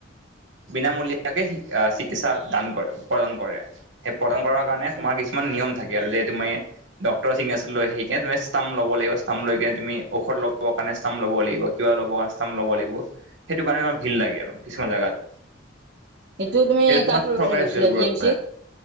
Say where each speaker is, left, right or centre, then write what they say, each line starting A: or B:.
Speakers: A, on the right; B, on the right.
A: বিনামূলীয়াকে শী আহ চিকিৎসা দান কৰে প্ৰদান কৰে। সে প্ৰদান কৰাৰ কাৰনে
B: আচ্ছা
A: তোমাৰ কিছুমান নিয়ম থাকে আৰু যে তুমি ডক্তৰ চিনেচ লৈ সেই তুমি টাম ল'ব লাগিব, ষ্টাম লৈ কিনে তুমি ঔষধ লব কাৰণে ষ্টাম লব লাগিব কিয় ল'ব ষ্টাম ল'ব লাগি সেইটো কাৰণে আমাৰ ভিৰ লাগে আৰু কিছুমান জাগাত।
B: এইটো তুমি
A: সেইটো তোমাৰ
B: কাক ৰোগ
A: চৰকাৰী
B: নে গৈচিলা
A: হস্পিটেলবোৰত
B: জি এম চিত,